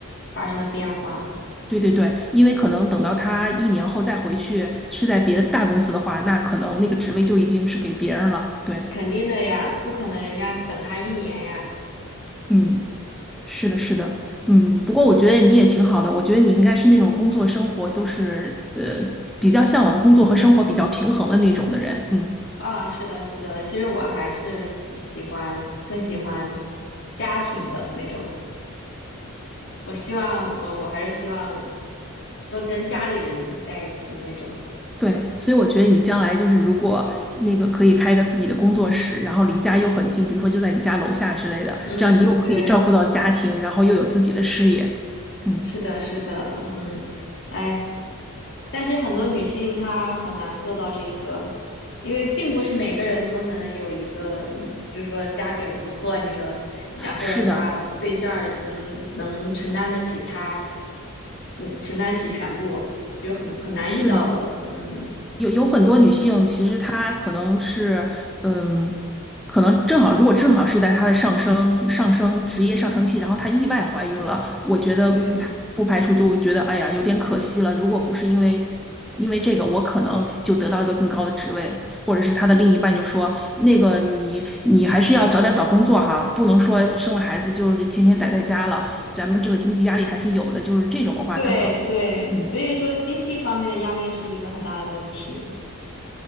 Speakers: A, on the left; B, in the centre.
A: 发生了变化。
B: 对对对，因为可能等到他一年后再回去，是在别的大公司的话，那可能那个职位就已经是给别人了。对，
A: 肯定的呀，不可能人家等他一年呀。
B: 嗯，是的，是的，嗯。不过我觉得你也挺好的，我觉得你应该是那种工作生活都是呃比较向往工作和生活比较平衡的那种的人。嗯，
A: 啊，是的，是的，其实我还是喜喜欢更喜欢家庭的那种。我希望，我我还是希望多跟家里人在一起那种。
B: 对，所以我觉得你将来就是如果那个可以开一个自己的工作室，
A: 嗯，对，
B: 然后离家又很近，比如说就在你家楼下之类的，
A: 嗯，
B: 这样你又可以照顾到家庭，
A: 对。
B: 然后又有自己的事业。嗯，
A: 是的，是的，嗯，哎，但是很多女性她很难做到这个，因为并不是每个人都能有一个，你就是说家底儿不错，你说，然后或者她对象儿能能承担得起她，
B: 是的，
A: 嗯，承担起全部，就是很很难遇到的，
B: 是的。
A: 嗯
B: 有有很多女性，其实她可能是，嗯，可能正好，如果正好是在她的上升上升职业上升期，然后她意外怀孕了，我觉得她不排除就会觉得，
A: 嗯，
B: 哎呀，有点可惜了。如果不是因为因为这个，我可能就得到了一个更高的职位，或者是她的另一半就说，那个你你还是要早点找工作哈，不能说生了孩子就是天天待在家了，咱们这个经济压力还是有的。就是这种的话，
A: 对对，
B: 她可嗯
A: 所以说经济方面的压力是一个很大的问题，